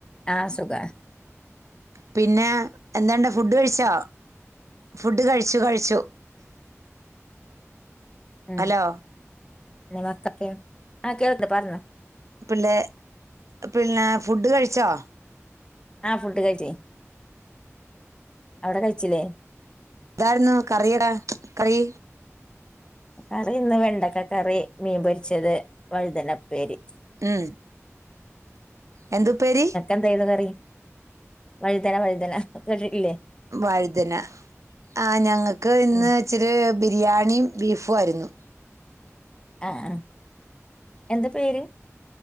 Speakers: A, on the left (about 15°); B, on the right (about 75°).
A: ആഹ് സുഖാ.
B: പിന്നെ എന്താണ്ട് ഫുഡ് കഴിച്ചോ ഫുഡ് കഴിച്ചു കഴിച്ചു.
A: ഉം
B: ഹലോ
A: നിനാക്കത്തെ ആഹ് കേൾക്കുണ്ട് പറഞ്ഞോ
B: പിള്ളേ പിളള ഫുഡ് കഴിച്ചോ
A: ആഹ് ഫുഡ് കഴിച്ച് അവെടെ കഴിച്ചില്ലേ
B: ഇതാരുന്നു കറിടെ കറി
A: കറി ഇന്ന് വെണ്ടക്ക കറി മീൻ പൊരിച്ചത് വഴുതനയുപ്പേരി.
B: ഉം എന്തുപ്പേരി
A: എന്തായുള്ളോ കറി വഴുതന വഴുതന കേട്ടിട്ടില്ലേ
B: വഴുതന ആഹ് ഞങ്ങെക്ക് ഇന്ന്.
A: ഉം
B: ഇച്ചിരി ബിരിയാണിയും ബീഫുവായിരുന്നു.
A: ആഹ് ആഹ് എന്താ പേര്